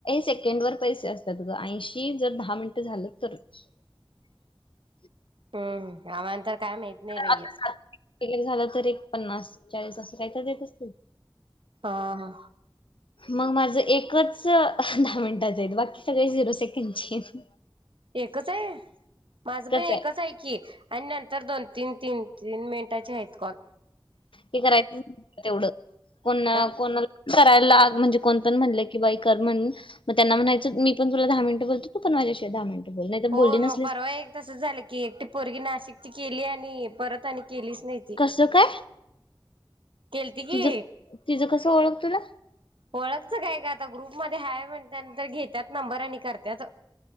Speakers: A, on the left; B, on the right.
A: सेकंड वर पैसे असतात ग ऐशी जर दहा मिनट झाल. झालं तरचं
B: हम्म आम्हांना तर काय माहीत नाई बाई
A: आता
B: य
A: सात वगैरे झालं तर एक पन्नास चाळीस असं काही तर देत असतील.
B: हा हा
A: मग माझ एकच दहा मिनिटात हाईत बाकी सगळे झिरो सेकंडचेयेत.
B: एकच हाय माझ पण एकच
A: आहे.
B: हाय की आणि नंतर दोन तीन तीन तीन मिनटाचे आहेत कॉल
A: हे करायचं तेवढं कोण
B: हा
A: कोणा करायला म्हणजे कोण पण म्हणलं की बाई कर म्हणून मग त्यांना म्हणायचं मी पण तुला दहा मिनट बोलतो तू पण माझ्या शी दहा मिनिटं बोल नाही तर
B: हो
A: बोलली नसलीस
B: मग परवा एक तस झालं की एकटी पोरगी नाशिकची केली आणि परत आणि केलीच नाय ती
A: कसं काय
B: केलती की,
A: तिचं तिचं कसं ओळख तुला
B: ओळखच काय काय गं आता ग्रुप मध्ये हाय म्हणत्या न त्यानंतर घेतात नंबर आणि करत्यात.